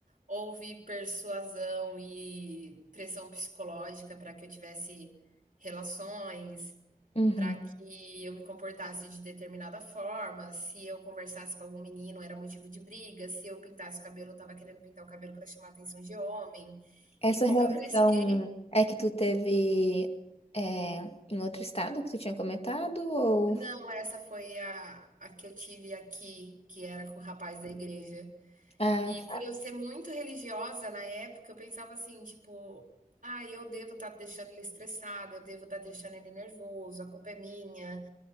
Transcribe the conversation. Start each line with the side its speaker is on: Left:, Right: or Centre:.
Right: houve persuasão e pressão psicológica para que eu tivesse relações,
Left: uhum.
Right: para que eu me comportasse de determinada forma. Se eu conversasse com algum menino, era motivo de briga. Se eu pintasse o cabelo, eu estava querendo pintar o cabelo para chamar a atenção de homem.
Left: Essa
Right: E como
Left: relação
Right: eu cresci.
Left: é que tu teve é, em outro estado que tu tinha comentado, ou.
Right: Não, essa foi a, a que eu tive aqui, que era com o rapaz da igreja.
Left: Ah,
Right: E
Left: tá.
Right: por eu ser muito religiosa na época, eu pensava assim, tipo, ah, eu devo estar deixando ele estressado, eu devo estar deixando ele nervoso, a culpa é minha,